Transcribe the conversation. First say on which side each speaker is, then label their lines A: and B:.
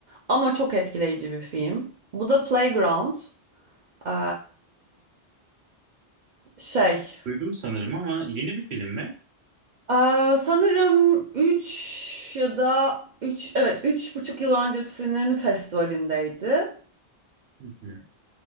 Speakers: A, on the right; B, on the right.
A: Ama çok etkileyici bir film. Bu da Playground. Eee, şey.
B: Duydum sanırım ama yeni bir film mi?
A: Ee, sanırım 3 ya da 3, evet üç buçuk yıl öncesinin festivalindeydi.
B: Hı hı.